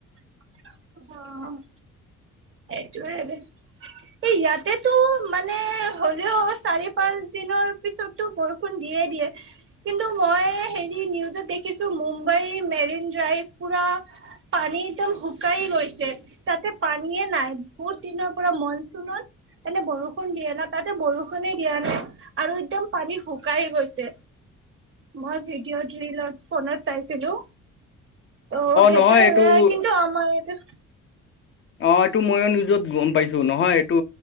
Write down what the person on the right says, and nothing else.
অ সেইটোয়ে আৰু এ ইয়াতেটো মানে হ'লেও চাৰি পাঁচ দিনৰ পিছটো বৰষুণ দিয় দিয়ে কিন্তু মই হেৰি নিউজত দেখিছো মুম্বাই মেৰিন ড্ৰাইভ পুৰা পানী একদম শুকাই গৈছে তাতে পান আমিয়ে নাই বহুত দিনৰ পৰা মনচুনত এনে বৰষুণ দিয়া না তাতে বৰষুণে দিয়া নাই আৰু একদম পানী শুকাই গৈছে মই ভিডিঅ' ড্ৰিলত ফোনত চাইছিলো অ সেইটোয়েই
কিন্তু আমাৰ এইটো